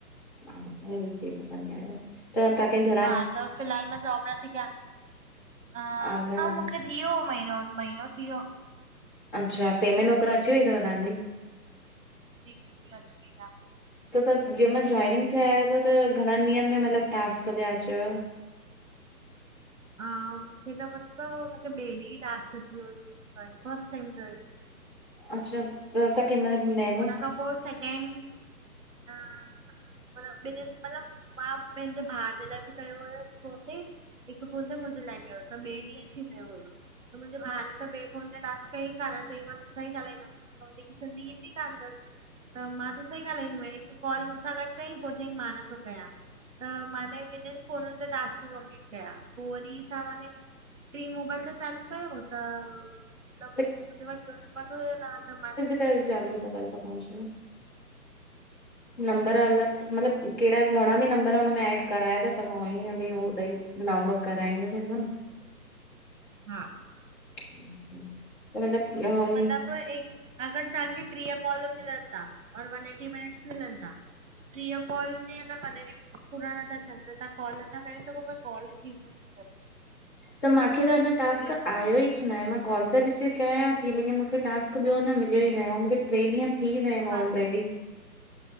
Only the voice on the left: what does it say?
हा उ ची स -- त ताखे --
आया?
अच्छा पेमेंटगैरह अची व अथव्हजी --
त त जंहिंमहि जॉइनिंग थियायव त घणनि ॾींहंनि में मतलब टास्क ते अचेव।
अच्छा त त। क मतलब।
त
जालूत करे स कोश -- नंबर अलॻ मतलब कहिड़ा घणा बि नम्बर हुनें एड कराए था सघूंअं ई उ ॾई डाउनलोड कराए इअं थींदो न --
अच -- त मतलब अ --
त मूंखे त अञा टास्क
आयो ई न आहे मां। कॉल त रिसीव कयां थी लेकिन मूंखे टास्क ॿियो न मिलियो ई न आहे मूंखे टे ॾींहं -- ठी वण
ऑलरेडी --